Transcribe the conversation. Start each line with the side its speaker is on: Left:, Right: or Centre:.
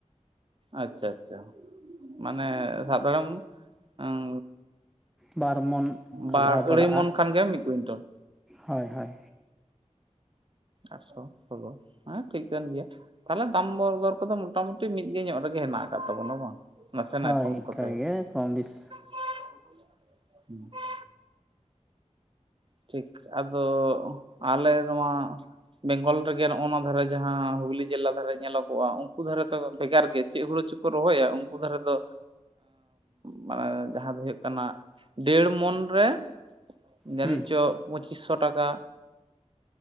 Right: ᱟᱪᱪᱷᱟ ᱟᱪᱪᱷᱟ ᱢᱟᱱᱮ ᱥᱟᱵ ᱫᱟᱲᱮᱭᱟᱭ ᱟᱢ
Centre: ᱵᱟᱨ ᱢᱚᱱ
Right: ᱵᱟᱨ
Centre: ᱟᱫᱷᱟ ᱯᱟᱲᱟᱜᱼᱟ
Right: ᱟᱹᱲᱟᱹᱭ ᱢᱚᱱ ᱠᱷᱟᱱ ᱜᱮ ᱢᱤᱫ ᱠᱩᱭᱤᱱᱴᱟᱞ
Centre: ᱦᱳᱭ ᱦᱳᱭ
Right: ᱟᱴᱥᱚ ᱥᱳᱞᱳ ᱦᱮᱸ ᱴᱷᱤᱠᱹᱟᱱ ᱜᱮᱭᱟ ᱾ ᱛᱟᱦᱚᱞᱮ ᱫᱟᱢ ᱵᱚᱨᱜᱚᱨ ᱠᱚᱫᱚ ᱢᱚᱴᱟ ᱢᱩᱴᱤ ᱢᱤᱫ ᱜᱮ ᱧᱚᱜ ᱨᱮᱜᱮ ᱦᱮᱱᱟᱜ ᱟᱠᱟᱫ ᱛᱟᱵᱚᱱᱟ ᱵᱟᱝ? ᱱᱟᱥᱮᱱᱟᱜ
Centre: ᱦᱳᱭ
Right: ᱮᱛᱚᱢ
Centre: ᱤᱱᱠᱟᱹ
Right: ᱠᱚᱛᱮ
Centre: ᱜᱮ ᱠᱚᱢ ᱵᱤᱥᱼ
Right: <inaudible> ᱴᱷᱤᱠ ᱟᱫᱚ ᱟᱞᱮ ᱫᱚᱢᱟ ᱵᱮᱝᱜᱚᱞ ᱨᱮᱜᱮ ᱱᱚᱜᱼᱚ ᱱᱚᱭᱟ ᱫᱷᱟᱨᱮ ᱡᱟᱦᱟᱸ ᱦᱩᱜᱞᱤ ᱡᱮᱞᱟ ᱫᱷᱟᱨᱮ ᱧᱮᱞᱚᱜᱚᱜᱼᱟ ᱩᱱᱠᱩ ᱫᱷᱟᱨᱮ ᱫᱚ ᱵᱷᱮᱜᱟᱨ ᱜᱮ ᱪᱮᱫ ᱦᱩᱲᱩ ᱪᱚᱠᱚᱼ ᱠᱚ ᱨᱚᱦᱚᱭᱟ, ᱩᱱᱠᱩ ᱫᱷᱟᱨᱮ ᱫᱚ ᱢᱟᱱᱮ ᱡᱟᱦᱟᱸ ᱫᱚ ᱦᱩᱭᱩᱜ ᱠᱟᱱᱟ ᱰᱮᱲ ᱢᱚᱱ ᱨᱮ ᱡᱟᱹᱱᱤᱡ
Centre: ᱦᱩᱸ
Right: ᱪᱚ ᱯᱚᱸᱪᱤᱥ ᱥᱚ ᱴᱟᱠᱟ